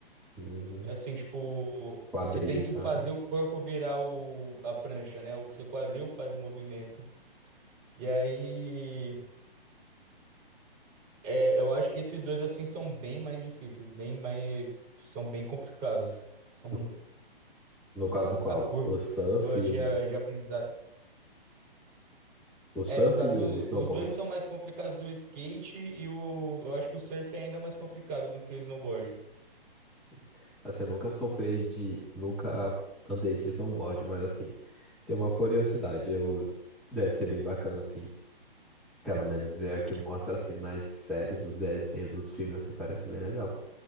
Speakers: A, in the centre; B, on the right (about 25°).
A: Uhum.
B: Assim, tipo,
A: Quadril
B: você tem
A: e
B: que
A: tal,
B: fazer
A: né?
B: o corpo virar o, a prancha, né? O seu quadril faz o movimento. E aí, é, eu acho que esses dois, assim, são bem mais difíceis, bem mais, são bem complicados. São
A: No no caso qual?
B: a curva
A: O surf e
B: de,
A: o,
B: a- de aprendizado.
A: o surf
B: É, no caso,
A: e o snowboard.
B: os dois são mais complicados do skate e o, eu acho que o surf é ainda mais complicado do que o snowboard.
A: Sim. Assim, eu nunca surfei de. Nunca andei de snowboard, mas assim, tem uma curiosidade. Eu, deve ser bem bacana, assim. Pelo menos é o que mostra assim nas séries, nos desenhos, nos filmes, assim, parece bem legal.